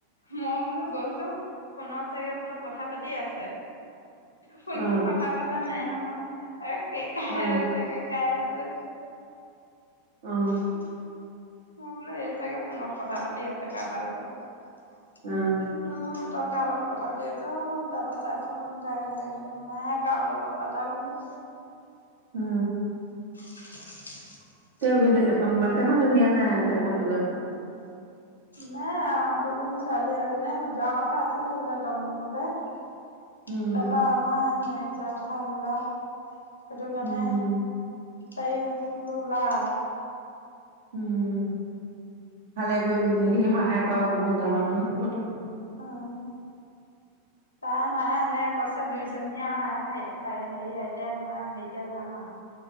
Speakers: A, on the left; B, on the right.
A: মই বোলো গৈছো ফোনত চাগে বোলো কথা। কথা পাতি আছে। ফোনত
B: অ
A: কথা পতা নাই নহয়। হয়। এ কেকাই
B: অ
A: আছে, কেকাই আছে। তে।
B: অ
A: <inaudible> মই বোলো এই চাগে ফোনত কথা পাতি আছে কাৰবাৰ লগত।
B: অ
A: নহ'লে তই কাৰ লগত কথা- ৰ দি আছ তাৰাপা চাচোন তাই হৰি নাই কাৰো লগত পাতা বোলে।
B: অ
A: <inaudible>
B: তেওঁ কিন্তু বাপেকহঁতে নিয়া নাই দেখাবলৈ ।
A: নে অ দুহজনী ছোৱালী আৰু এনেয়ো যোৱা কথা আছিলে বোলে টমটমতে। তাৰপা
B: উম
A: আমাৰ মায়ে পূজা কথা হ'ল আৰু সেইটো কাৰণে
B: উম
A: পাৰি বোলো ওলাই আহ
B: উম' ভালে কৰিলি দে, সেইখিনি সহায় কৰাও বহুত ভাল আৰু মানুহৰ বিপদত ।
A: উম। তাই মায়ে এনে কছে দুইজনীয়া আহ আহ । হেৰি এতিয়া মই হেৰিতে যাম আও।